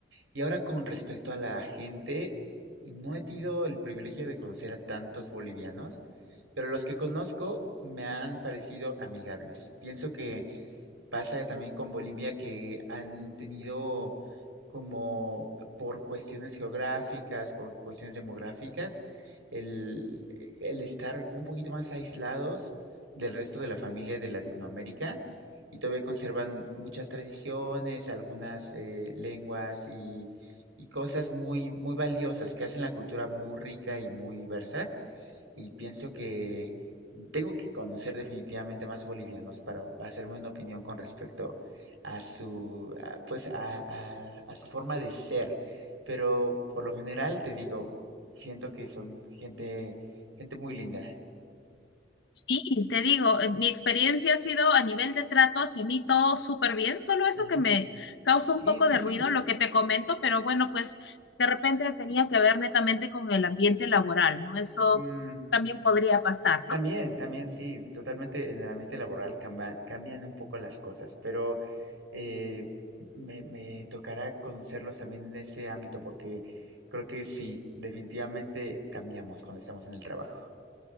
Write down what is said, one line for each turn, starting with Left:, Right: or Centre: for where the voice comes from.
Right: Y ahora con respecto a la gente, no he tenido el privilegio de conocer a tantos bolivianos, pero los que conozco me han parecido amigables. Pienso que Pasa también con Bolivia que han tenido como por cuestiones geográficas, por cuestiones demográficas, el, el estar un poquito más aislados del resto de la familia de Latinoamérica y todavía conservan muchas tradiciones, algunas eh, lenguas y, y cosas muy, muy valiosas que hacen la cultura muy rica y muy diversa y pienso que tengo que conocer definitivamente más bolivianos para hacerme una opinión con respecto a su, a, pues a, a, a su forma de ser. Pero por lo general te digo, siento que son gente, gente muy linda.
Left: Sí, te digo, eh, mi experiencia ha sido a nivel de trato hacia mí todo súper bien, solo eso
Right: Ajá.
Left: que me causa
Right: Sí,
Left: un poco
Right: sí,
Left: de
Right: sí.
Left: ruido, lo que te comento, pero bueno, pues de repente tenía que ver netamente con el ambiente laboral, ¿no? Eso
Right: Mm,
Left: también podría pasar,
Right: También,
Left: ¿no?
Right: también, sí, totalmente en el ambiente laboral camba- cambian un poco las cosas, pero eh, me, me tocará conocerlos también en ese ámbito, porque creo que sí, definitivamente cambiamos cuando estamos en el trabajo.